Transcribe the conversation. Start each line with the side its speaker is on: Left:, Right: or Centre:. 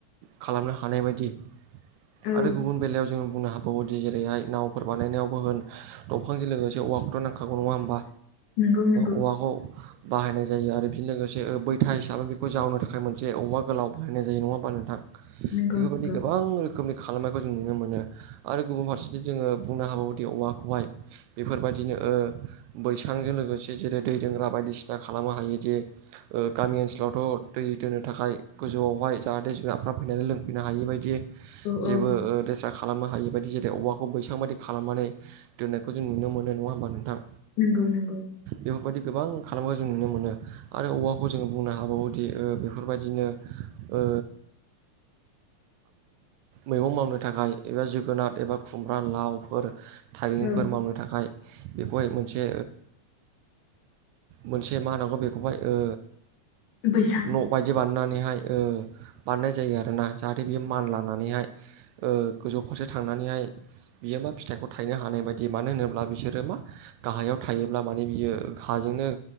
Right: खालामनो हानाय बायदि
Left: औ
Right: आरो गुबुन बेलायाव जोंङो बुंनो हाबावो बेदि जेरैहाय नावफोर बानायनायावबो होन दंफांजों लोगोसे औवाखौथ' नांखागौ नङा होमबा
Left: नंगौ नंगौ
Right: औवाखौ बाहायनाय जायो आरो बेजों लोगोसे बैथा हिसाबै बेखौ जावनो थाखाय मोनसे जे औवा गोलाउ बाहायनाय जायो नङा होनबा नोंथां
Left: नंगौ
Right: बेफोरबायदि
Left: नंगौ
Right: गोबां रोखोम रोखोमनि खालामनायखौ जों नुनो मोनो आरो गुबुन फारसेथिं जोङो बुंनो हाबावोदि औवाखौहाय बेफोरबायदिनो बैसांजों लोगोसे जेरै दै दोनग्रा बायदिसिना खालामनो हायोदि गामि ओनसोलावथ' दै दोनो थाखाय गोजौआवहाय जाहाथे जुनारफ्रा फैनानै लोंफैनो हायै बायदि
Left: औ औ
Right: जेबो लेथेरा खालामनो हायि बायदि जेरै औवाखौ बैसां बायदि खालामनानै दोननायखौ जों नुनो मोनो नङा होमबा नोंथां
Left: नंगौ नंगौ
Right: बेफोरबायदि गोबां खालामनायखौ जों नुनो मोनो आरो औवाखौ जोंङो बुंनो हाबावोदि बेफोरबायदिनो ओ मैगं मावनो थाखाय एबा जोगोनार एबा खुमब्रा लावफोर थाइबेंफोर
Left: औ
Right: मावनो थाखाय बेखौहाय मोनसे मोनसे मा होननांगौ बेखौहाय ओ
Left: बैसां
Right: न' बायदि बानायनानैहाय बानायनाय जायो आरोना जाहाथे बियो मानलानानैहाय ओ गोजौ फारसे थांनानैहाय बियो मा फिथाइखौ थायनो हानाय बायदि मानो होनोब्ला बिसोरो मा गाहायाव थायोब्ला माने बियो हाजोंनो